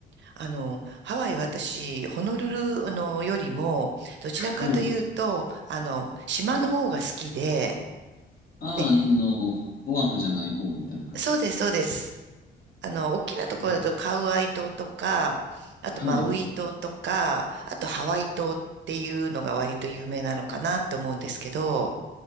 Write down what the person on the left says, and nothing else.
はい。
ああ、
あの、オアフじゃない方みたいな感じですか
ね。
はい、